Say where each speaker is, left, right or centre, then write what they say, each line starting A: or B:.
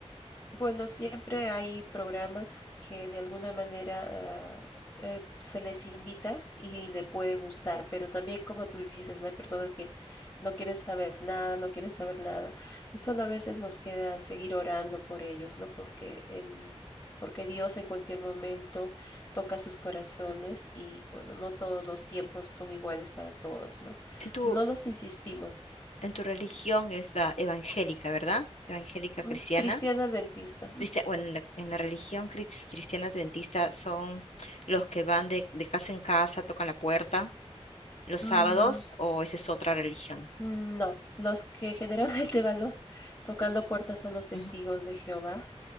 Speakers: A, on the left (about 30°); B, on the left (about 85°).
A: Bueno, siempre hay programas que de alguna manera ah, eh, se les invita y le puede gustar, pero también como tú dices, no hay personas que no quieren saber nada, no quieren saber nada, y solo a veces nos queda seguir orando por ellos, ¿no? Porque el, porque Dios en cualquier momento toca sus corazones y bueno, no todos los tiempos son iguales para todos, ¿no?
B: En tu,
A: No los insistimos.
B: en tu religión es la evangélica, ¿verdad? Evangélica
A: Mm,
B: cristiana.
A: Cristiana adventista.
B: Cristia- bueno, en la, en la religión cris- cristiana adventista son los que van de, de casa en casa, tocan la puerta los sábados,
A: Mm,
B: o esa es otra religión.
A: No, los que generalmente <laughs> van los tocando puertas son los testigos
B: Ujú,
A: de Jehová.